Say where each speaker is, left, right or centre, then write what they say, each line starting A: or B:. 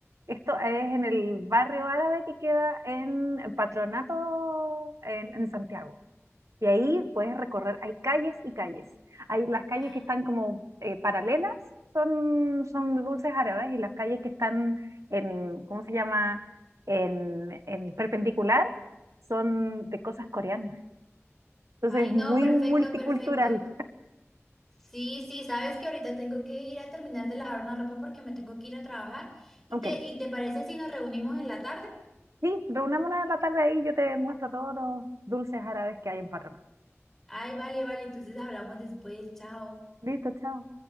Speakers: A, on the right (about 80°); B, in the centre.
A: esto es en el barrio árabe que queda en Patronato, en en Santiago. Y ahí puedes recorrer, hay calles y calles. Hay las calles
B: Ah,
A: que están como eh, paralelas, son, son de dulces árabes, y las calles que están en, ¿cómo se llama? En, en perpendicular, son de cosas coreanas. Entonces
B: Ay,
A: es
B: no,
A: muy
B: perfecto,
A: multicultural.
B: perfecto. Sí, sí, sabes que ahorita tengo que ir a terminar de lavar una ropa porque me tengo que ir a trabajar. ¿Y
A: Ok,
B: te, y te parece si nos reunimos en la tarde?
A: sí, reunámonos en la tarde ahí, yo te muestro todos los dulces árabes que hay en Patronato.
B: Ay, vale, vale, entonces hablamos después, chao.
A: Listo, chao.